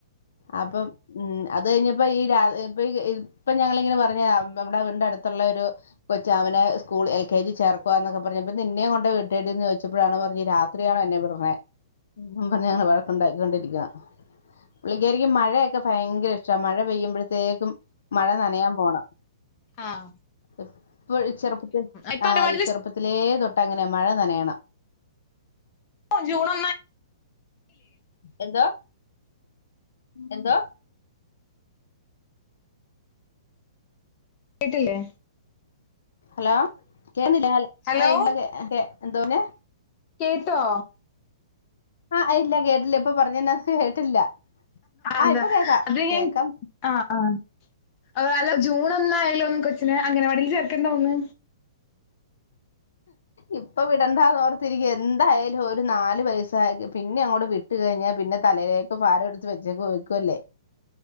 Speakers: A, on the left; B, on the left.
A: അപ്പം ഉം അത് കഴിഞ്ഞപ്പോ ഈ രാ ഇപ്പൊ ഇപ്പൊ ഞങ്ങളിങ്ങനെ പറഞ്ഞതാ നമ്മുടെ വീടിന്റെ അടുത്തുള്ളൊരു കൊച്ചവനെ സ്കൂളിൽ എൽ കെ ജി ചേർക്കുവാന്നൊക്കെ പറഞ്ഞപ്പ നിന്നെയും കൊണ്ട് വിടട്ടേടിന്ന് ചോദിച്ചപ്പോഴാണ് ഈ രാത്രിയാണോ എന്നെ വിടണെ എന്നും പറഞ്ഞാണ് വഴക്കുണ്ടാക്കിക്കൊണ്ടിരിക്കുവാ പുള്ളിക്കാരിക്ക് മഴയൊക്കെ ഭയങ്കര ഇഷ്ടമാ മഴ പെയ്യുമ്പഴത്തേക്കും മഴ നനയാൻ പോണം
B: ആഹ്
A: ഇപ്പൊ ചെറുപ്പത്തി
B: ഇപ്പൊ
A: ആഹ്
B: അംഗനവാടില്
A: ഈ ചെറുപ്പത്തി ത്തിലേ തൊട്ട് അങ്ങനെയാ മഴ നനയണം
B: ജൂൺ ഒന്നാ
A: എന്തുവാ എന്തുവാ
B: കേട്ടില്ലേ
A: ഹലോ കേന്നില്ലേ
B: ഹലോ
A: <inaudible> എന്തോ പറ്ഞ്ഞേ
B: കേട്ടോ
A: ആഹ് ഇല്ല കേട്ടില്ല ഇപ്പ പറഞ്ഞെനത്ത് കേട്ടില്ല ആഹ്
B: അല്ല
A: ഇപ്പൊ കേൾക്കാം
B: അത്
A: കേക്കാം
B: ഞാൻ ആഹ് ആഹ് അല്ല ജൂൺ ഒന്നായല്ലോ ഒന്ന് കൊച്ചിനെ അംഗനവാടിയിൽ ചേർക്കണ്ടോന്ന്
A: ഇപ്പൊ വിടണ്ടാന്നോർത്തിരിക്ക്യ എന്തായാലും ഒരു നാല് വയസ്സായിട്ട് പിന്നെ അങ്ങോട്ട് വി വിട്ട് കഴിഞ്ഞാൽ പിന്നെ തലയിലേക്ക് ഭാരം എടുത്ത് വെച്ചേക്ക് ഒഴുക്കുവല്ലേ